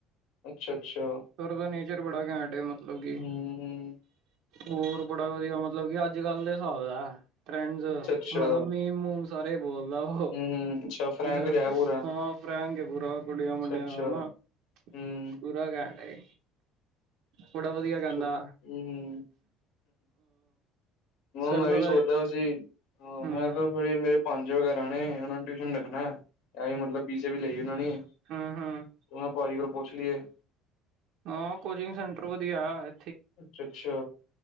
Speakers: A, on the left; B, on the right.
A: ਅੱਛਾ-ਅੱਛਾ,
B: ਸਰ ਦਾ ਨੇਚਰ ਬੜਾ ਘੈਂਟ ਹੈ ਮਤਲਬ ਕਿ
A: ਹੂੰ-ਹੂੰ,
B: ਹੋਰ ਬੜਾ ਵਧੀਆ ਮਤਲਬ ਕਿ ਅੱਜ ਕੱਲ ਦੇ ਹਿਸਾਬ ਦੈ। ਫਰੈਂਡਸ
A: ਅੱਛਾ-ਅੱਛਾ, ਹੂੰ-ਹੂੰ, ਅੱਛਾ
B: ਮਤਲਬ ਮੇਮ ਮੂਮ ਸਾਰੇ ਬੋਲਦਾ ਉਹ
A: ਹੂੰ ਹੂੰ ਅੱਛਾ ਫਰੈਂਕ
B: ਹ।
A: ਰਿਹਾ ਪੂਰਾ,
B: ਫਰੰਕ ਏ ਪੂਰਾ ਕੁੜੀਆਂ
A: ਅੱਛਾ-ਅੱਛਾ,
B: ਮੁੰਡਿਆ ਨਾਲ ਨਾ
A: ਹੂੰ,
B: ਪੂਰਾ ਘੈਂਟ ਏ ਬੜਾ ਵਧੀਆ ਗਾਂਦਾ
A: ਹੂੰ-ਹੂੰ, ਮ
B: ਸਰਵਰ
A: ਮੈਂ ਵੀ ਸੋਚਦਾ ਸੀ ਹ
B: ਹੂੰ
A: ਮੈਂ ਅਖਆ ਕੋਈ ਮੇਰੇ ਪੰਜ ਗੈਰਾਣੇ ਉਨ੍ਹਾਂਨੂੰ ਟਿਊਸ਼ਨ ਲਗਣਾ ਐਹੀ ਮਤਲਬ ਬ ਸੀ ਏ ਵੀ ਲਈ ਉਹਨਾਂ ਨੇ ਮੈ
B: ਹੂੰ ਹੂੰ
A: ਕਹਿ ਪਾਜੀ ਕੋਲ ਪੁੱਛ ਲਈਏ।
B: ਹਾਂ ਕੋਚਿੰਗ ਸੈਂਟਰ ਵਧੀਆਏ
A: ਅੱਛਾ ਅੱਛਾ